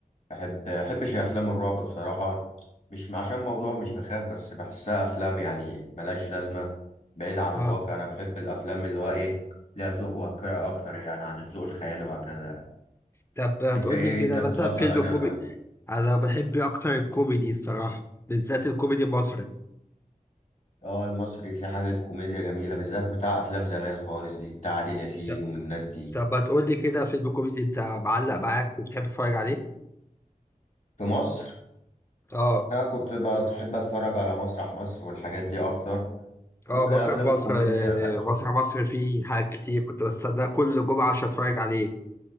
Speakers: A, on the left; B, on the left.
A: بحب احبش افلام الرعب بصراحه مش عشان موضوع مش بخاف بس بحسها افلام يعني ملهاش لازمه بعيد عن
B: أه،
A: الواقع انا بحب الافلام اللي هو ايه ليها ذوق واقعي اكتر يعني عن الذوق الخيالي وهكذا يعني.
B: طب هتقول
A: انت ايه
B: لي كده
A: انت بتفضل
B: مثلا فيلم
A: انهي
B: كوميدي،
A: انواع
B: أنا بحب أكتر الكوميدي الصراحة، بالذات الكوميدي المصري،
A: اه المصري في حاجه كوميديا جميله بالذات بتاع افلام زمان خالص دي بتاع عادل ياسين
B: ط-
A: والناس دي
B: طب هتقول لي كده فيلم كوميدي أنت معلق معاك وبتحب تتفرج عليه؟
A: في مصر
B: أه،
A: أنا كنت بحب أتفرج على مسرح مصر والحاجات دي أكتر
B: أه
A: ممكن
B: مسرح
A: أفلام
B: مصر،
A: الكوميديا
B: آه،
A: بقى
B: مسرح مصر فيه حاجات كتير كنت بستناه كل جمعة عشان أتفرج عليه،